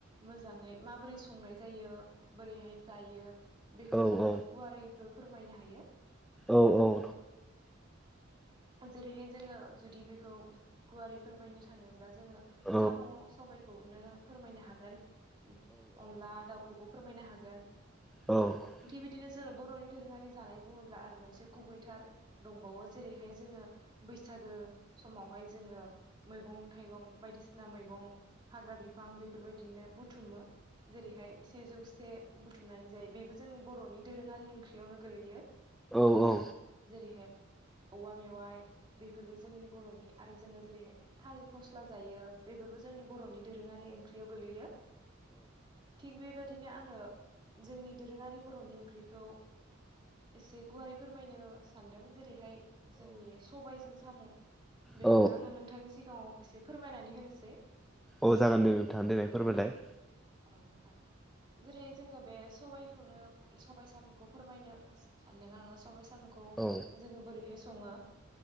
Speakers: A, on the right (about 25°); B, in the centre.
A: मोजाङै माबोरै संनाय जायो बोरैहाय जायो बेखौ
B: औ
A: जोङो
B: औ
A: गुवारैबो फोरमायनो हायो।
B: औ औ।
A: जेरैहाय जोङो जुदि बेखौ गुवारै फोरमायनो थाङोब्ला जोङो
B: औ
A: साम' सबायखौनो फोरमायनो हागोन अनला दाउखौबो फोरमायनो हागोन
B: औ
A: थिग बिदिनो ज जोङो बर'नि दोरोङारि जानाय बुङोब्ला आरो मोनसे गुबैथार दंबावो जेरैहाय जोङो बैसागो समावहाय जोङो मैगं-थाइगं बायदिसिना मैगं हाग्रा बिफां बे बेफोरबायदिनो बुथुमो जेरैहाय सेजौ से बुथुमनानै जायो बेबो जोंनि बर'नि दोरोङारि ओंख्रियावनो गोलैयो।
B: औ औ।
A: जेरैहाय औवा मेवाइ बेफोरबो जोंनि बर'नि आरो जोङो जेरै थालिर फस्ला जायो। बेफोरबो जोंनि बर'नि दोरोङारि ओंख्रियाव गोलैयो। थिग बेबादि बिदिनो आङो जोंनि दोरोङारि बर'नि ओंख्रिखौ एसे गुवारै फोरमायनो सानदों जेरैहाय जोंनि सबायजों साम' बेखौनो
B: औ
A: आङो नोंथांनि सिगाङाव एसे फोरमायनानै होनोसै।
B: औ जागोन दे नोंथां देनाय फोरमायलाय।
A: औ नोथां। जेरै जोङो बे सबाइखौनो सबबाइ साम'खौ फोरमायनो सानदों आङो सबाइ सा सामखौ
B: औ
A: जोङो बोरैहाय सङो